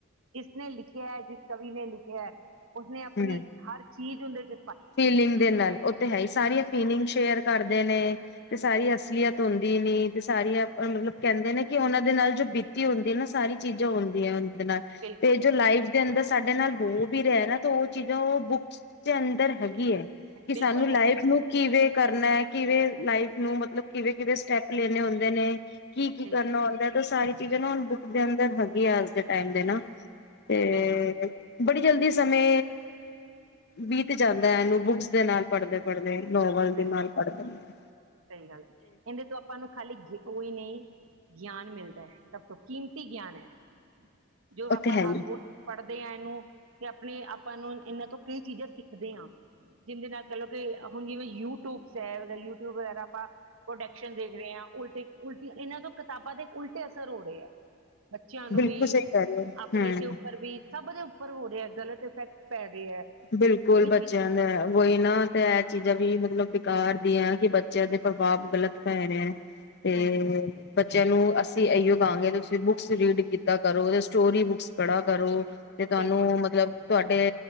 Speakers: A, on the right (about 80°); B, on the left (about 55°).
A: ਜਿਸਨੇ ਲਿਖਿਆ ਹੈ। ਜਿਸ ਕਵੀ ਨੇ ਲਿਖਿਆ ਹੈ। ਉਸਨੇ ਆਪਣੀ
B: ਹਮ
A: ਹਰ ਚੀਜ਼ ਹੁੰਦੇ ਜ
B: ਫੀਲਿੰਗ ਦੇ ਨਾਲ ਉਹ ਤੇ ਹੈ ਹੀ ਸਾਰੀਆਂ ਫੀਲਿੰਗ ਸ਼ੇਅਰ ਕਰਦੇ ਨੇ। ਤੇ ਸਾਰੀ ਅਸਲੀਅਤ ਹੁੰਦੀ ਨੇ ਤੇ ਸਾਰੀਆਂ ਮਤਲਬ ਕਹਿੰਦੇ ਨੇ ਕਿ ਉਹਨਾਂ ਦੇ ਨਾਲ ਜੋ ਬੀਤੀ ਹੁੰਦੀ ਹੈ। ਨਾ ਸਾਰੀ ਚੀਜ਼ਾਂ ਹੁੰਦੀਆਂ ਨਾਲ
A: ਬਿਲਕੁਲ
B: ਤੇ ਜੋ ਲਾਈਫ ਦੇ ਅੰਦਰ ਸਾਡੇ ਨਾਲ ਬੋ ਵੀ ਰਿਹਾ ਨਾ ਤੇ ਉਹ ਚੀਜ਼ਾਂ ਉਹ ਬੁੱਕਸ ਦੇ ਅੰਦਰ ਹੈਗੀ ਹੈ ਕਿ
A: ਬਿਲਕੁਲ
B: ਸਾਨੂੰ
A: ਹੈਗੀ
B: ਲਾਈਫ ਨੂੰ ਕਿਵੇਂ ਕਰਨਾ ਕਿਵੇਂ ਲਾਈਫ ਨੂੰ ਮਤਲਬ ਕਿਵੇਂ ਕਿਵੇਂ ਸਟੈਪ ਲੈਣੇ ਹੁੰਦੇ ਨੇ ਕੀ ਕੀ
A: ਬਿਲਕੁਲ
B: ਕਰਨਾ ਹੁੰਦਾ ਤੇ ਸਾਰੇ ਇਹਦੇ ਨਾ ਹੁਣ ਬੁੱਕ ਦੇ ਅੰਦਰ ਹੈਗੀ ਆ ਅੱਜ ਦੇ ਟਾਈਮ ਦੇ ਨਾ ਤੇ
A: ਬਿਲਕੁਲ
B: ਬੜੀ ਜਲਦੀ ਸਮੇ ਵੀਹ ਤੇ ਜਾਂਦਾ ਇਹਨੂੰ ਬੁੱਕਸ ਦੇ ਨਾਲ ਪੜ੍ਹਦੇ ਪੜ੍ਹਦੇ ਲੋਵਲ ਦੇ
A: ਬਿਲਕੁਲ
B: ਨਾਲ ਪੜਦਾ ਆ
A: ਸਹੀ ਗੱਲ ਇਹਿੰਦੇ ਤੋ ਆਪਾਂ ਨੂੰ ਖਾਲੀ ਉਹੀ ਨਹੀਂ ਗਿਆਨ ਮਿਲਦਾ ਹੈ। ਸਭ ਤੋਂ ਕੀਮਤੀ ਗਿਆਨ ਹੈ। ਜੋ
B: ਉਹ
A: ਆਪਾਂ
B: ਤੇ ਹੈ
A: ਹਰ
B: ਹੀ
A: ਰੋਜ਼ ਪੜ੍ਹਦੇ ਹਾਂ ਇਹਨੂੰ ਤੇ ਆਪਣੇ ਆਪਾਂ ਨੂੰ ਇਹਨਾਂ ਤੋਂ ਕਈ ਚੀਜ਼ਾਂ ਸਿੱਖ ਦੇ ਹਾਂ ਜਿਹਦੇ ਨਾਲ ਕਹਿ ਲਓ ਕਿ ਹੁਣ ਜਿਵੇਂ ਯੂਟਿਊਬਸ ਹੈ। ਯੂ ਟਿਊਬ ਵਗੈਰਾ ਆਪਾਂ ਪ੍ਰੋਡਕਸ਼ਨ ਦੇਖ ਰਹੇ ਹਾਂ ਉਲਟੇ ਉਲਟੀ ਇਹਨਾਂ ਤੋਂ ਕਿਤਾਬਾਂ ਦੇ ਉਲਟੇ ਅਸਰ ਹੋ ਰਹੇ ਹੈ। ਬੱਚਿਆਂ ਨੂੰ
B: ਬਿਲਕੁਲ
A: ਵੀ
B: ਸਹੀ ਕਹਿ ਰਹੇ ਹੋ
A: ਆਪਣੇ
B: ਹਮ
A: ਤੇ ਉੱਪਰ ਵੀ ਸਭ ਦੇ ਉੱਪਰ ਹੋ ਰਿਹਾ ਗਲਤ ਇਫੈਕਟ ਪੈ ਰਿਹਾ ਹੈ
B: ਬਿਲਕੁਲ
A: ਉਹੀ
B: ਬੱਚਿਆਂ
A: ਚੀਜ਼
B: ਨੇ ਉਹੀ ਨਾ ਤੇ ਇਹ ਚੀਜ਼ਾਂ ਵੀ ਮਤਲਬ ਸਰਕਾਰ ਦੀਆਂ ਕਿ ਬੱਚਿਆਂ ਦੇ ਪ੍ਰਭਾਵ ਗ਼ਲਤ ਪੈ ਰਿਹਾ। ਤੇ
A: ਹਮ
B: ਬੱਚੇ ਬੱਚਿਆਂ ਨੂੰ ਅਸੀਂ ਇਹੀਓ ਕਹਾਂਗੇ ਤੁਸੀਂ ਬੁੱਕਸ ਰੀਡ ਕੀਤਾ ਕਰੋ ਸਟੋਰੀ ਬੁੱਕਸ ਪੜ੍ਹਾ ਕਰੋ। ਤੇ ਤੁਹਾਨੂੰ
A: ਬਿਲਕੁਲ
B: ਮਤਲਬ ਤੁਹਾਡੇ